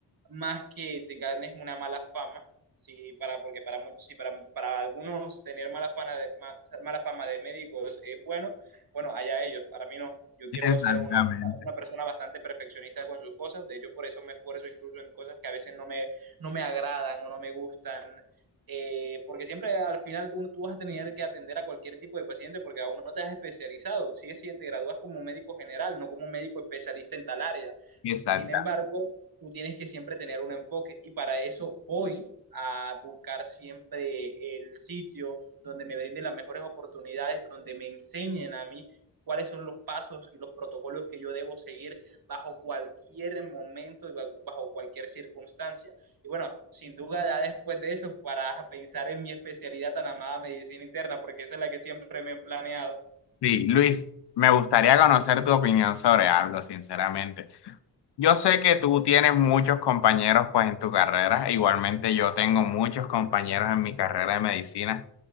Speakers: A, on the right (about 55°); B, on the left (about 70°).
A: más que te ganes una mala fama. Sí, para, porque para muchos, sí, para, para algunos tener mala fama de, ma- mala fama de médicos es bueno, bueno, allá ellos, para mí no. Yo quiero
B: Exactamente,
A: ser una, una, persona bastante perfeccionista con sus cosas, de hecho por eso me esfuerzo incluso en cosas que a veces no me, no me agradan o no me gustan, eh, porque siempre al final tú, tú, vas a tener que atender a cualquier tipo de paciente porque aún no te has especializado, si sí, si te gradúas como médico general, no como médico especialista en tal área.
B: exactamente.
A: Sin embargo, tú tienes que siempre tener un enfoque y para eso voy a buscar siempre el sitio donde me brinde las mejores oportunidades, donde me enseñen a mí cuáles son los pasos y los protocolos que yo debo seguir bajo cualquier momento y bajo cualquier circunstancia. Y bueno, sin duda ya después de eso, para pensar en mi especialidad tan amada medicina interna, porque esa es la que siempre me he planeado.
B: Sí, Luis, me gustaría conocer tu opinión sobre algo, sinceramente. Yo sé que tú tienes muchos compañeros pues en tu carrera, igualmente yo tengo muchos compañeros en mi carrera de medicina,